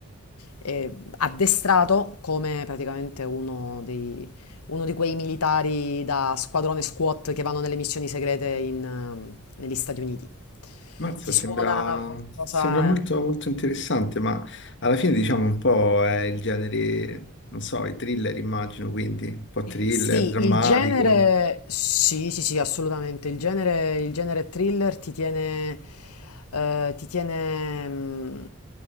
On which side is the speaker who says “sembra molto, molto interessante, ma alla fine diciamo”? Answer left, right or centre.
Left